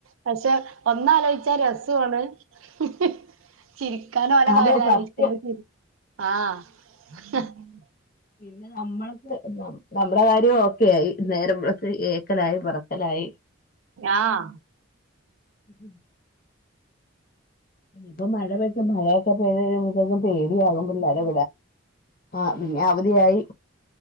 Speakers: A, on the right; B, on the left.
A: പക്ഷെ ഒന്നാലോയിച്ചാ രസൊണ് <unintelligible> ചിരിക്കാനോലെ
B: അതെ
A: കാര്യ
B: സത്യം
A: <unintelligible> ആ <inaudible>
B: പിന്നെ നമ്മൾക്ക് നമ്മുടെകാര്യംഒക്കെയായി നേരംവെൾത്ത് ഏക്കലായിപറ ലായി
A: ആഹ
B: <inaudible> ഇപ്പൊ മഴ <unintelligible> പേടിയാകും പിള്ളേരെ ആഹ പിന്നെ അവധിയായി